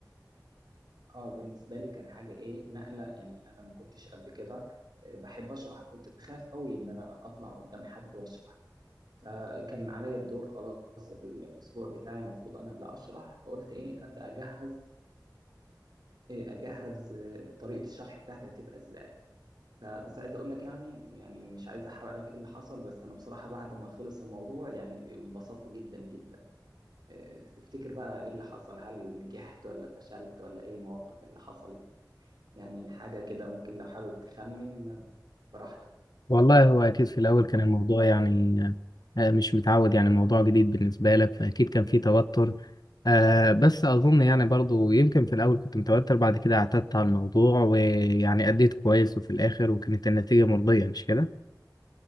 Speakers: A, on the right; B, on the left.
A: اه بالنسبة لي كان حاجة إيه نقلة يعني أنا ما كنتش قبل كده آه، بحب أشرح كنت بخاف قوي إن أنا أطلع قدام حد وأشرح فكان عليا الدور خلاص الأسبوع بتاعي المفروض أنا اللي أشرح فقلت إيه أبدأ أجهز إيه أجهز آه، طريقة الشرح بتاعتي هتبقى إزاي فبس عايز اقول لك يعني يعني مش عايز احرق لك ايه اللي حصل بس انا بصراحة بعد ما خلص الموضوع يعني انبسطت جدا جدا آه، تفتكر بقى ايه اللي حصل هل نجحت ولا فشلت ولا ايه المواقف اللي حصلت يعني حاجة كده ممكن لو حابب تخمن آه، براحتك
B: والله هو أكيد في الأول كان الموضوع يعني آه، مش متعود يعني الموضوع جديد بالنسبة لك فأكيد كان في توتر آه، بس أظن يعني برضو يمكن في الأول كنت متوتر بعد كده اعتدت على الموضوع ويعني أديت كويس وفي الآخر وكانت النتيجة مرضية مش كده؟